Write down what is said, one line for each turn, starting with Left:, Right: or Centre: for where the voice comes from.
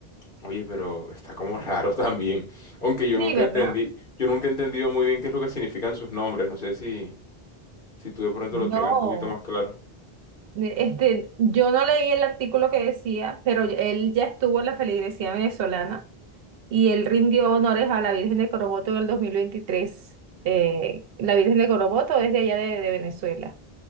Left: Oye, pero está como raro <laughs> también, aunque yo
Right: Sí,
Left: nunca
Right: ¿verdad?
Left: entendí, yo nunca he entendido muy bien qué es lo que significan sus nombres, no sé si, si tú de pronto lo
Right: No.
Left: tengas un poquito más claro.
Right: Este, yo no leí el artículo que decía, pero él ya estuvo en la feligresía venezolana y él rindió honores a la Virgen de Coromoto en el 2023. Eh, la Virgen de Coromoto es de allá de, de Venezuela.